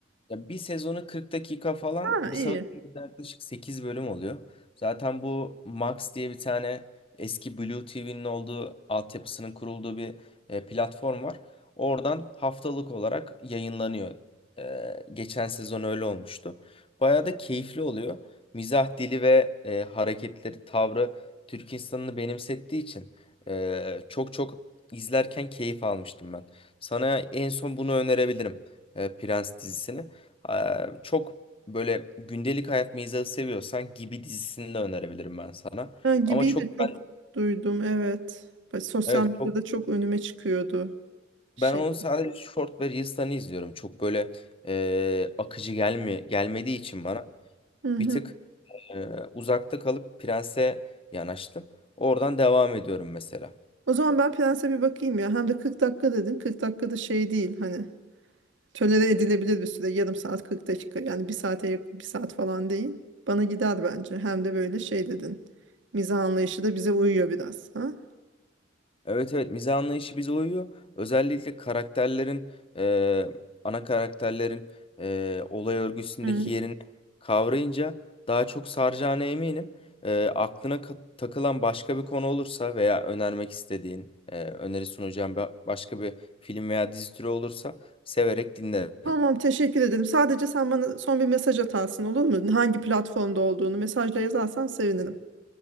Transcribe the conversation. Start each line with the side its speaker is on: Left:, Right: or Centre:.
Left: Ya bir sezonu 40 dakika falan
Right: Ha
Left: bir
Right: iyi.
Left: sezonda yaklaşık 8 bölüm oluyor. Zaten bu Max diye bir tane eski Blue TV'nin olduğu altyapısının kurulduğu bir e, platform var. Oradan haftalık olarak yayınlanıyor. E, geçen sezon öyle olmuştu. Bayağı da keyifli oluyor. Mizah dili ve e, hareketleri, tavrı Türk insanını benimsettiği için e, çok çok izlerken keyif almıştım ben. Sana en son bunu önerebilirim. e, Prens dizisini. Eee, çok böyle gündelik hayat mizahı seviyorsan Gibi dizisini de önerebilirim ben sana.
Right: Ha, gibi
Left: Ama çok
Right: de çok
Left: ben
Right: duydum evet. Bak, Sosyal
Left: evet
Right: medyada
Left: çok
Right: çok önüme çıkıyordu şey.
Left: ben onu sadece short ve reels'ten izliyorum. Çok böyle eee, akıcı gelme gelmediği için bana
Right: Hı hı.
Left: bir tık eee, uzakta kalıp Prens'e yanaştım. Oradan devam ediyorum mesela.
Right: O zaman ben Prens'e bir bakayım ya. Hem de 40 dakika dedin. 40 dakikada şey değil hani. Tolere edilebilir bir süre. Yarım saat 40 dakika. Yani bir saate yakın bir saat falan değil. Bana gider bence. Hem de böyle şey dedin. Mizah anlayışı da bize uyuyor biraz. Ha?
Left: Evet evet mizah anlayışı bize uyuyor. Özellikle karakterlerin e, ana karakterlerin e, olay örgüsündeki
Right: Hı.
Left: yerini kavrayınca daha çok saracağına eminim. E, aklına ka- takılan başka bir konu olursa veya önermek istediğin e, öneri sunacağım ba- başka bir film veya dizi türü olursa severek dinlerim.
Right: Tamam teşekkür ederim. Sadece sen bana son bir mesaj atarsın olur mu? Hangi platformda olduğunu mesajla yazarsan sevinirim.